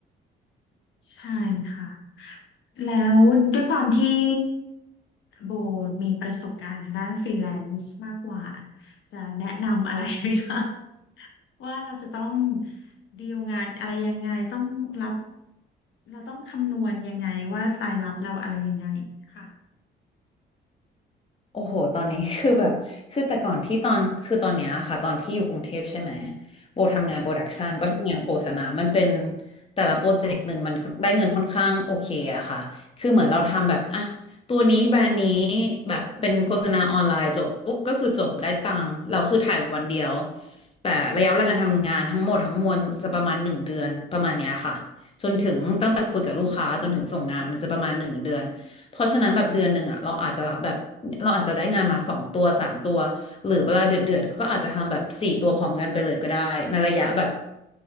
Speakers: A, on the left; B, on the left.
A: ใช่ค่ะแล้วด้วยความที่ โบมีประสบการณ์ทางด้านฟรีแลนซ์มากกว่าจะแนะนำอะไรไหมคะ <laughs> ว่าเราจะต้องดีลงานอะไรยังไงต้องรับเราต้องคำนวณยังไงว่ารายรับเราอะไรยังไงค่ะ
B: โอ้โห ตอนนี้ <laughs> คือแบบคือแต่ก่อนที่ตอนคือตอนเนี้ยค่ะตอนที่อยู่กรุงเทพใช่ไหมโบทำงานโปรดักชันก็ทำงานโฆษณามันเป็น
A: ค่ะ
B: แต่ละโปรเจกต์หนึ่งมันได้เงินค่อนข้างโอเคอะค่ะคือเหมือนเราทำแบบอ่ะตัวนี้แบรนด์นี้แบบเป็นโฆษณาออนไลน์จบปุ๊บก็คือจบได้ตังค์เราคือถ่ายวันเดียวแต่ระยะเวลาการทำงานทั้งหมดทั้งมวลจะประมาณหนึ่งเดือนประมาณเนี้ยค่ะ จนถึงตั้งแต่คุยกับลูกค้าจนถึงส่งงานมันจะประมาณหนึ่งเดือน เพราะฉะนั้นแบบเดือนหนึ่งอ่ะเราอาจจะรับแบบเราอาจจะได้งานมาสองตัวสามตัวหรือเวลาเดือดๆก็อาจจะทำแบบสี่ตัวพร้อมกันไปเลยก็ได้ในระยะแบบ